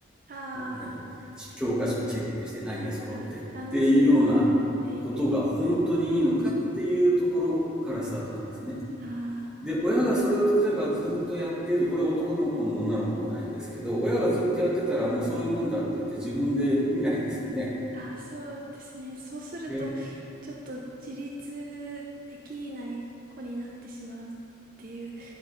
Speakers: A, on the right; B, in the centre.
A: あ
B: な何、教科書チェックして何が揃ってっていうような
A: ーあ、ランドセル。はい。
B: ことが本当にいいのかっていうところからスタートなんですね。
A: ああ、
B: で、親がそれを例えばずっとやってる、これ男の子も女の子もないんですけど、親がずっとやってたらもうそういうもんだって言って自分で見ないですよね。
A: いあ、そうですね。そうすると、
B: で、
A: ちょっと自立できない子になってしまうっていう